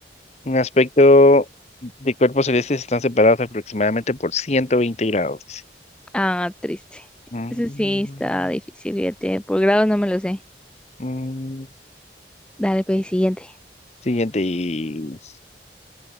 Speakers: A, on the left (about 40°); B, in the centre.
A: Un aspecto de cuerpos celestes están separados aproximadamente por 120 grados.
B: Ah, triste.
A: Mm,
B: Eso sí está difícil, fíjate. Por grados no me lo sé.
A: mm.
B: Dale, pues, siguiente.
A: Siguiente y...